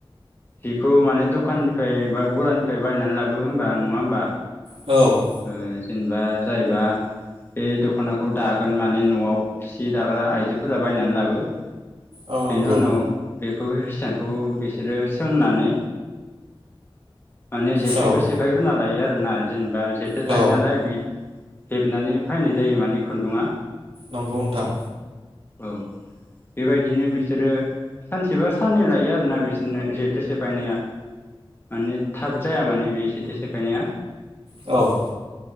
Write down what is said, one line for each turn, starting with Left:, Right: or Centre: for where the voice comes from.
Left: बेखौ माने दखाननिफाय बा गलानिफाय बायनानै लाबो होमबा नङा होमबा
Right: औ
Left: ओ जेनेबा जायबा बे दख'नाखौ दागोन माने न'आव सि दाग्रा आइजोफोरा बायनानै लाबो
Right: औ
Left: बेनि
Right: नंगौ
Left: उनाव बे खौ हिसानखौ बिसोरो सोंनानै माने जेथेखौ
Right: औ
Left: सेफायग्रोना लायो आरो ना जेनेबा सो
Right: औ
Left: थायो नालाय बे हेबनानै फायनाय जायो माने खुन्दुङा
Right: नंगौ नोंथां
Left: औ बेबायदिनो बिसोरो सानसेबा साननै लायो आरोना बिसोरनो जेथो सेफायनाया माने थाब जाया माने बे जेथो सेफायनाया
Right: औ